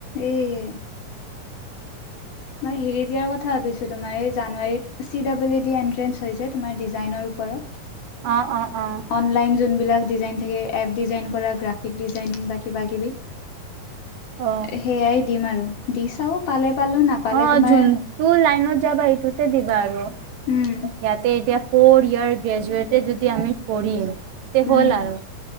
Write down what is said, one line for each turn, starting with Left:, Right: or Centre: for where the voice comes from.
Left: এইয়ে। মই হেৰি দিয়াৰ কথা ভাবিছো তোমাৰ। এই জানুৱাৰীত C double E D entrance হয় যে তোমাৰ ডিজাইনৰ ও ওপৰত।
Right: অ অ অ
Left: অনলাইন জুন। বিলাক ডিজাইন থাকে। এপ ডিজাইন কৰা গ্ৰাফিক ডিজাইনিং বা কিবা কিবি।
Right: অ
Left: সেয়াই দিম আৰু দি চাও পালে পালো নাপালে
Right: অ,
Left: তোমাৰ
Right: যোনটো লাইনত যাবা সেটোতে দিবা আৰু।
Left: উম
Right: ইয়াতে এতিয়া ফ'ৰ ইয়াৰ গ্ৰেজুুৱটে যদি আমি কৰিম তে
Left: উম
Right: হ'ল আৰু।